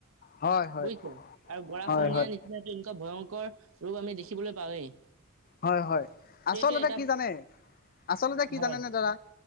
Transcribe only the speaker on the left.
হয় হয়
হয় হয়
হয় হয়
আচলতে
কি জানে আচলতে কি
জানে নে দাদা